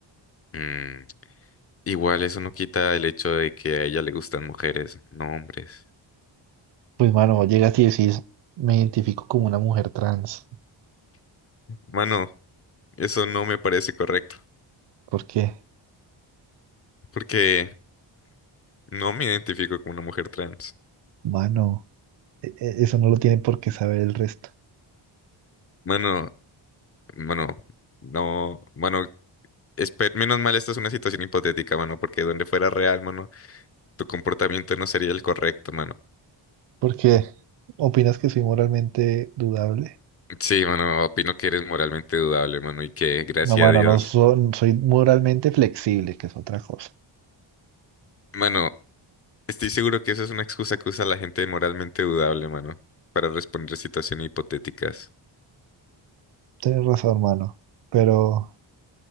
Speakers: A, on the left; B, on the right.
A: mm, igual eso no quita el hecho de que a ella le gustan mujeres, no hombres.
B: Pues, mano, vos llegas y decís, me identifico como una mujer trans.
A: Mano, eso no me parece correcto,
B: ¿Por qué?
A: porque no me identifico como una mujer trans.
B: Mano, e- e- eso no lo tienen por qué saber el resto.
A: Mano, mano, no, mano, espe- menos mal, esta es una situación hipotética, mano, porque donde fuera real, mano, tu comportamiento no sería el correcto, mano.
B: ¿Por qué? ¿Opinas que soy moralmente dudable?
A: Sí, mano, opino que eres moralmente dudable, mano, y que, gracias
B: No, mano,
A: a Dios,
B: no son- soy moralmente flexible, que es otra cosa.
A: mano, estoy seguro que eso es una excusa que usa la gente moralmente dudable, mano, para responder situaciones hipotéticas.
B: Tienes razón, mano. Pero,